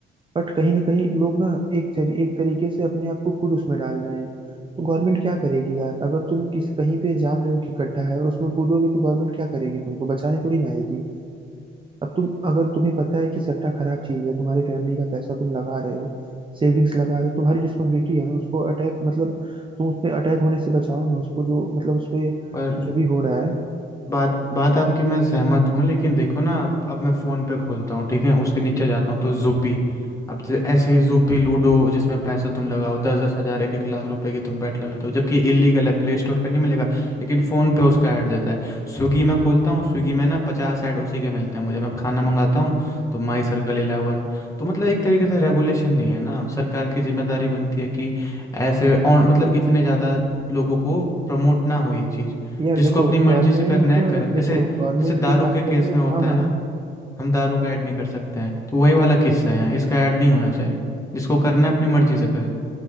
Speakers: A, on the right; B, on the left.
A: बट कहीं ना कहीं लोग ना एक तरी- एक तरीके से अपने आप को खुद उसमें डाल रहे हैं तो गवर्नमेंट क्या करेगी यार अगर तुम किस कहीं पे जान रहे हो कि गड्ढा है और उसमें कूदोगे तो गवर्नमेंट क्या करेगी तुमको बचाने थोड़ी ना आएगी अब तुम अगर तुम्हें पता है कि सट्टा खराब चीज है तुम्हारी फैमिली का पैसा तुम लगा रहे हो सेविंग्स लगा रहे हो तुम्हारी रिस्पॉन्सिबिलिटी है ना उसको अटैक मतलब तुम उस पे अटैक होने से बचाओ ना उसको जो मतलब उस पे
B: है
A: जो भी हो रहा है
B: बात बात आपकी मैं सहमत हूँ लेकिन देखो ना अब अब मैं फ़ोन पे खोलता हूँ ठीक है उसके नीचे जाता हूँ तो जूपी अब ज- ऐसे जूपी लूडो जिसमें पैसा तुम लगाओ दस दस हज़ार एक एक लाख रुपए की तुम बैट लगाते हो जबकि ये इलीगल है प्ले स्टोर पे नहीं मिलेगा लेकिन फ़ोन पे उसका ऐड देता है स्विगी में खोलता हूँ स्विगी में ना पचास ऐड उसी के मिलते हैं मुझे मैं खाना मंगाता हूँ तो माई सर्कल इलेवन तो मतलब एक तरीके से रेगुलेशन नहीं है ना सरकार की जिम्मेदारी बनती है कि ऐसे और मतलब इतने ज़्यादा लोगों को प्रमोट ना हो ये चीज़
A: यार
B: जिसको
A: देखो
B: अपनी मर्जी
A: गवर्नमेंट
B: से करना है करे जैसे
A: देखो गवर्नमेंट
B: जैसे दारू
A: की बात
B: के केस
A: करें ना
B: में होता
A: हाँ
B: है
A: हाँ
B: ना हम दारू का ऐड नहीं कर सकते हैं तो वही वाला किस्सा है यहाँ इसका ऐड नहीं होना चाहिए जिसको करना है अपनी मर्जी से करे